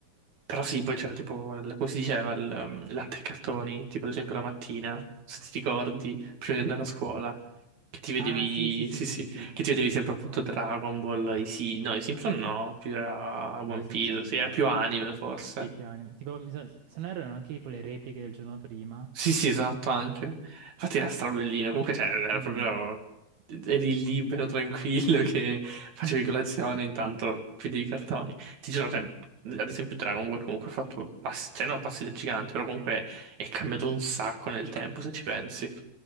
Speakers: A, on the right; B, on the right.
A: Però sì, poi c'era tipo, il- come si diceva, il um, latte e cartoni, tipo ad esempio la mattina, se ti ricordi, prima di andare a scuola. Che ti vedevi,
B: Ah, sì, sì, sì,
A: sì,
B: sì,
A: sì,
B: sì,
A: che
B: sì.
A: ti vedevi sempre appunto Dragon Ball, i sì, no, i Simpson no, più era One
B: No, i Simpson,
A: Piece, sì,
B: no.
A: era più anime forse.
B: Sì, più anime. Tipo, mi sa- se non erro, erano anche tipo le repliche del giorno prima.
A: Sì, sì, esatto, anche. Infatti era strabellino, comunque cioè, era
B: Mhm.
A: proprio, eri libero, tranquillo, che facevi
B: Mhm.
A: colazione, intanto chiudevi i cartoni. Ti giuro, cioè, ad esempio Dragon Ball comunque ha fatto passi, cioè non passi da gigante, però comunque è cambiato un sacco nel tempo, se ci pensi.